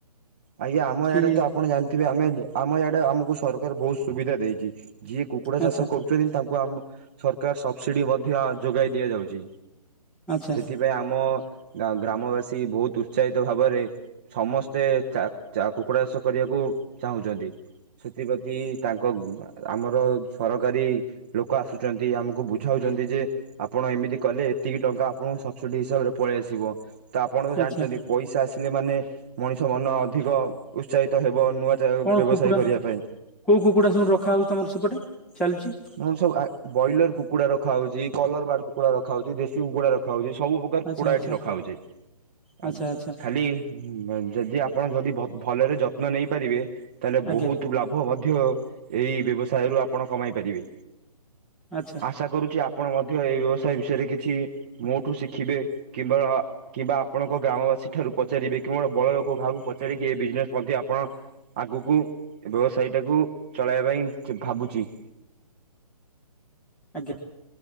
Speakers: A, on the right; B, in the centre.
A: ଆଜ୍ଞା ଆମ
B: କି
A: ୟାଡେ ତ ଆପଣ ଜାଣିଥିବେ ଆମେ ଆମ ଆଡେ ଆମକୁ ସରକାର ବହୁତ ସୁବିଧା ଦେଇଚି। ଯିଏ କୁକୁଡ଼ା
B: ଆଚ୍ଛା
A: ଚାଷ କରୁ ଛନ୍ତି ତାଙ୍କୁ ଆମ ସରକାର ସବସିଡ଼ି ମଧ୍ୟ ଯୋଗାଇ ଦିଆଯାଉଚି।
B: ଆଚ୍ଛା
A: ସେଠି ରେ ଆମ ଗା ଗ୍ରାମବାସୀ ବହୁତ ଉତ୍ସାହିତ ଭାବରେ ସମସ୍ତେ ଚା ଚା କୁକୁଡ଼ା ଚାଷ କରିବାକୁ ଚାହୁଁଚନ୍ତି। ସେଥିପ୍ରତି ତାଙ୍କ ଆମର ସରକାରୀ ଲୋକ ଆସୁଚନ୍ତି। ଆମକୁ ବୁଝାଉଚନ୍ତି ଯେ ଆପଣ ଏମିତି କଲେ ଏତିକି ଟଙ୍କା ଆପଣଙ୍କୁ ସବସିଟି ହିସାବରେ ପଳେଇ ଆସିବ। ତ ଆପଣ ତ ଜାଣିଚନ୍ତି
B: ଆଚ୍ଛା
A: ପଇସା ଆସିଲେ ମାନେ ମଣିଷ ମନ ଅଧିକ ଉତ୍ସାହିତ ହେବ। ନୂଆ
B: କଣ
A: ବ୍ୟବସାୟ
B: କୁକୁଡ଼ା
A: କରିବା ପାଇଁ
B: କୋଉ କୁକୁଡା ସବୁ ରଖା ହଉଚି ତମର ସେପଟେ ଚାଲିଚି?
A: ହଁ ସବୁ ଆ ବ୍ରଏଲର କୁକୁଡା ରଖାହଉଚି କଲର ବାର୍ଡ କୁକୁଡା ରଖାହଉଚି ଦେଶୀ କୁକୁଡା ରଖାହଉଚି ସବୁ କୁକୁଡା
B: ଆଚ୍ଛା ଆଚ୍ଛା
A: ଏଠି ରଖାହେଉଛି
B: ଆଚ୍ଛା
A: ଆଉ
B: ଆଚ୍ଛା
A: ଖାଲି ହୁଁ ଯଦି ଆପଣ ଯଦି ଭଲରେ ଯତ୍ନ ନେଇପାରିବେ ତାହେଲେ
B: ଆଜ୍ଞା
A: ବହୁତ ଲାଭ। ପୁଅ ମଧ୍ୟ ଏହି ବ୍ୟବସାୟରୁ ଆପଣ କମାଇ ପାରିବେ।
B: ଆଚ୍ଛା
A: ଆଶା କରୁଛି ଆପଣ ମଧ୍ୟ ଏ ବ୍ୟବସାୟ ବିଷୟରେ କିଛି ମୋଠୁ ଶିଖିବେ କିମ୍ବା କିମ୍ବା ଆପଣଙ୍କ ଗ୍ରାମବାସୀ ଠାରୁ ପଚାରିବେ କି ବଡ ଲୋକ କାହାକୁ ପଚାରିକି ଏ ବିଜନେସ ମଧ୍ୟ ଆପଣ ଆଗକୁ ବ୍ୟବସାୟୀଟାକୁ ଚଳାଇବା ପାଇଁ ଭାବୁଛି।
B: ଆଜ୍ଞା।